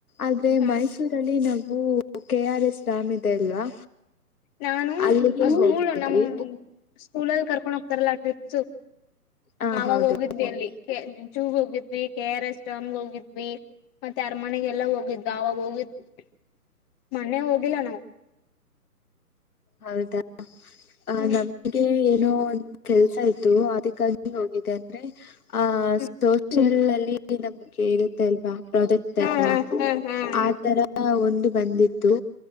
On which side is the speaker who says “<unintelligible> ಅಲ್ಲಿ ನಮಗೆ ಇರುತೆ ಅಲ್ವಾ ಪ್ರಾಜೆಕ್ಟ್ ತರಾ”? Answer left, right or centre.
Left